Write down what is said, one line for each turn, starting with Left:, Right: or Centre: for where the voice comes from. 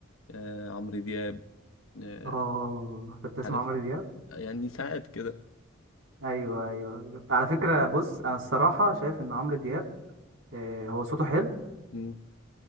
Left: آه، عمرو دياب آه،
Right: اه انت بتسمع
Left: عارف
Right: عمرو دياب
Left: يعني ساعات كده
Right: ايوه ايوه ايوه على فكرة بص انا الصراحة شايف ان عمرو دياب آه، هو صوته حلو
Left: مم،